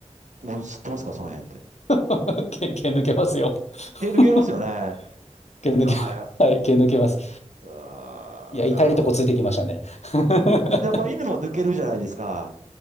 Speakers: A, on the right; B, on the left.
A: もう知ってますかその辺って。
B: <laughs> 毛、毛抜けますよ。
A: え、抜けますよね。
B: <laughs>
A: あ
B: 毛抜け、
A: あ、
B: <laughs>
A: や、
B: はい、毛抜けます。
A: ああ、
B: いや、痛いとこついてきましたね。
A: なるほど。
B: <laughs>
A: いや、まあ犬も抜けるじゃないですか。